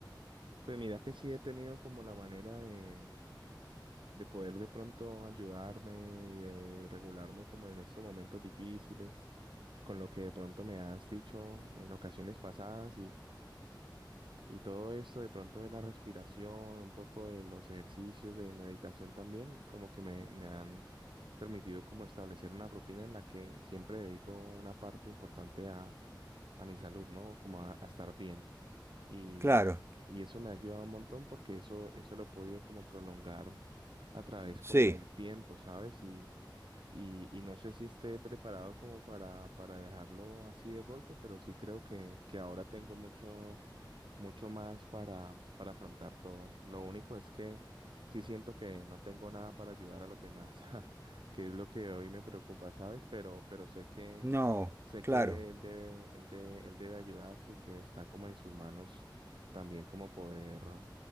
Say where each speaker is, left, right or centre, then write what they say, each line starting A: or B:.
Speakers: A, on the right; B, on the right.
A: Pues mira que sí he tenido como la manera de, de poder de pronto ayudarme y de regularme como en estos momentos difíciles, con lo que de pronto me has dicho en ocasiones pasadas Y todo esto de pronto de la respiración, un poco de los ejercicios de meditación también, como que me, me han permitido como establecer una rutina en la que siempre dedico una parte importante a, a mi salud, ¿no? Como a, a estar bien. Y,
B: Claro,
A: y eso me ha ayudado un montón porque eso, eso lo he podido como prolongar a través
B: sí,
A: como del tiempo, ¿sabes? Y, y no sé si esté preparado como para, para dejarlo así de golpe, pero sí creo que, que ahora tengo mucho, mucho más para, para afrontar todo. Lo único es que sí siento que no tengo nada para ayudar a los demás, <laughs> que es lo que hoy me preocupa, ¿sabes? Pero, pero sé que,
B: no,
A: sé
B: claro,
A: que él debe, él debe, él debe ayudarse y que está como en sus manos también como poder,